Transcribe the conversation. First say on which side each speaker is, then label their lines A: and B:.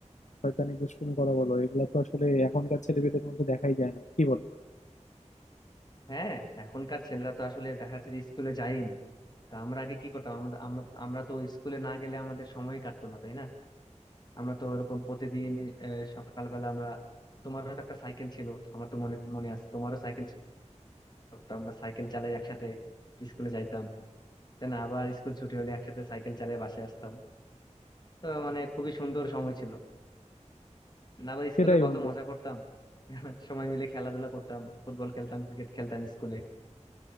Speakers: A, on the left; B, on the left.
A: শয়তানি দুষ্টুমি করা বলো এগুলো তো আসলে এখনকার ছেলেপেলের মধ্যে দেখাই যায় না কি বলো
B: হ্যাঁ এখনকার ছেলেরা তো আসলে দেখা যাচ্ছে যে স্কুলে যায়ই না তা আমরা আগে কি করতাম আমরা আমরা আমরা তো স্কুলে না গেলে আমাদের সময় কাটতো না তাই না আমরা তো এরকম প্রতিদিন আহ, সকালবেলা আমরা তোমারও তো একটা সাইকেল ছিল আমার তো মনে মনে আছে তোমারও সাইকেল ছিল তো আমরা সাইকেল চালাই একসাথে স্কুলে যাইতাম তাই না আবার স্কুল ছুটি হলে একসাথে সাইকেল চালিয়ে বাসায় আসতাম তো মানে খুবই সুন্দর সময় ছিল না আবার
A: সেটাই
B: স্কুলে কত
A: বন্ধু
B: মজা করতাম <laughs> সময় মিলে খেলাধুলা করতাম ফুটবল খেলতাম ক্রিকেট খেলতাম স্কুলে